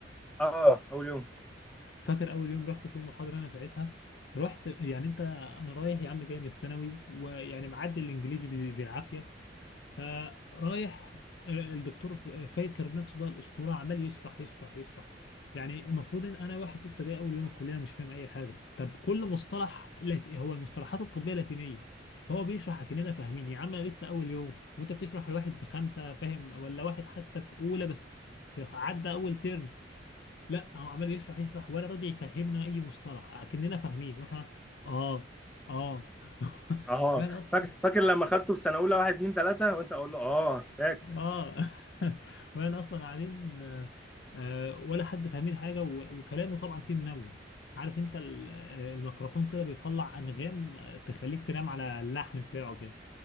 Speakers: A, in the centre; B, on the left.
A: اه اول يوم
B: فاكر اول يوم رحت في المحاضره انا ساعتها رحت يعني انت انا رايح يا عم جاي من الثانوي ويعني معدي الانجليزي بال- بالعافيه فرايح الدكتور فاكر نفسه بقى الاسطوره عمال يشرح يشرح يشرح يعني المفروض ان انا واحد لسه جاي اول يوم الكليه مش فاهم اي حاجه طب كل مصطلح لات... هو المصطلحات الطبيه لاتينيه فهو بيشرح اكننا فاهمين يا عم انا لسه اول يوم وانت بتشرح لواحد في خمسه فاهم ولا واحد حتى في اولى بس عدى اول ترم لا هو عمال يشرح يشرح ولا راضي يفهمنا اي مصطلح اكننا فاهمين واحنا اه اه <laughs>
A: اه
B: واحنا اصلا
A: فاكر فاكر لما خدته في سنه اولى واحد اتنين تلاته وانت اقول له اه فاكر
B: اه <laughs> وانا اصلا قاعدين آه، آه، ولا حد فاهمين حاجه و- وكلامه طبعا فيه منوم عارف انت ال- آه، الميكروفون كده بيطلع انغام آه، تخليك تنام على اللحن بتاعه كده